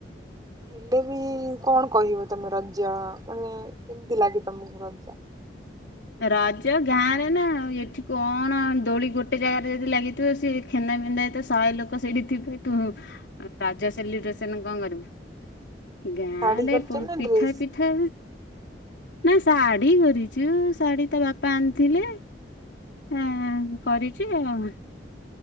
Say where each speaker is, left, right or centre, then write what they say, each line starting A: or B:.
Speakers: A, on the right; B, on the left.
A: ହେଲେ ବି କଣ କହିବ ତମେ ରଜ? ମାନେ କେମିତି ଲାଗେ ତମକୁ ରଜ?
B: ରଜ ଗାଁ ରେ ନା ଆଉ। ଏଠି କଣ ଦୋଳି ଗୋଟେ ଗୋଟେ ଜାଗାରେ ଯଦି ଲାଗିଥିବ ସେଇ ଖେନ୍ଦା ମେନ୍ଦା ହେଇଥିବ ଶହେ ଲୋକ ସେଇଠି ଥିବେ ତୁ ଆଉ ରାଜା ସେଲିବ୍ରେସନରେ କଣ କରିବୁ? ଗାଁରେ
A: ଶାଢୀ କରିଛ
B: ପୋଡ଼
A: ନା
B: ପିଠା
A: ଡ୍ରେସ୍?
B: ପିଠା ନା ଶାଢୀ କରିଛୁ। ଶାଢ଼ୀ ତ ବାପା ଆଣିଥିଲେ ଆଁ କରିଛି ଆଉ।